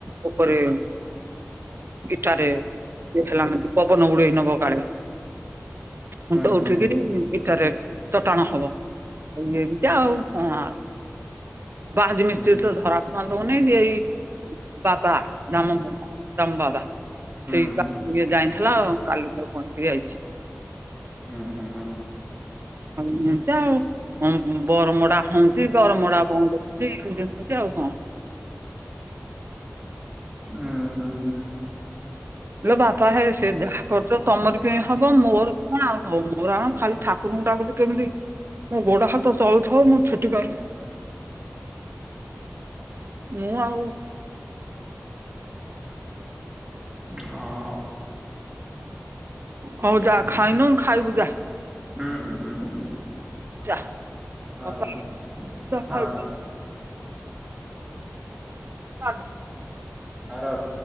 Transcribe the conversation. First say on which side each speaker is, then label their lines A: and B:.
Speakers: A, on the right; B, on the right.
A: ଓପରେ ଇଟାରେ ହେଲାମେ ପବନ ଉୁଡେଇ ନ ହବ କାଳେ ମୁଁ
B: ହୁଁ
A: ତ ଉଠିକିରି
B: ହୁଁ
A: ଏଠାରେ ଚଟାଣ ହବ ଏମିତିଆ କଣ ଆଉ କଣ ବାହାଦ ମିସ୍ତ୍ରୀ
B: ହୁଁ
A: ଧରା ଛୁଆଁ ଦଉନି ଏଇ ବାବା ଦାମ ବା ଦାମ ବାବା
B: ହୁଁ
A: ସେଇ କା ଏ ଯାଇଥିଲା ଆଉ କାଲି ତାକୁ କହିଁକିରି ଆଇଚି।
B: ହୁଁ ହୁଁ ହୁଁ।
A: ଆଉ ଏମତି ଆଉ ବରମଡା ହଉଁଚି ବରମଡା ବନ୍ଦ ହଉଁଚି ଏମିତି ହଉଛି ଆଉ। ହଁ।
B: ହୁଁ ହୁଁ ହୁଁ।
A: ଲୋ ବାପା ହେ ସେ ଯାହା କରୁଛ ତମର ପାଇଁ ହବ ମୋର କଣ ହଉ ମୋର ଆଣ ଖାଲି ଠାକୁରଙ୍କୁ ଡାକୁଛି କେମିତି ମୋ ଗୋଡ ହାତ ଚଳୁଥିବ ମୁଁ ଛୁଟି ପାଇ ମୁଁ ଆଉ
B: ହଁ।
A: ହଉ ଯା ଖାଇନଉଁ ଖାଇବୁ ଯା।
B: ହୁଁ ହୁଁ ହୁଁ।
A: ଯା
B: ହଁ
A: ବାପଲୋ
B: ର ହଁ
A: ଯା ଖାଇବୁ।
B: ର ହଁ
A: ଚାଲ
B: ହଁ ରଖ